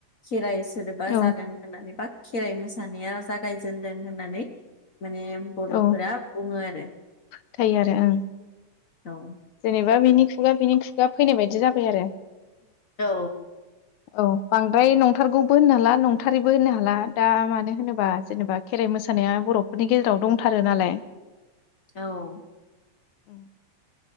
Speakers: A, on the left; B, on the left.
A: खेराइस सोदोबा
B: औ
A: जादों होननानै बाख खेराइ मोसानाया जागायजेनदों होननानै माने बर'फोरा
B: औ
A: बुङो आरो
B: फोथायो आरो ओं
A: औ।
B: जेनेबा बिनि खुगा बिनि खुगा फैनाय बायदि जाबाय आरो।
A: औ
B: औ बांद्राय नंथारगौबो होननो हाला नंथारैबो होननो हाला दा मानो होनोबा जेनेबा खेराइ मोसानाया बर'फोरनि गेजेराव दंथारो नालाय।
A: औ।
B: उम।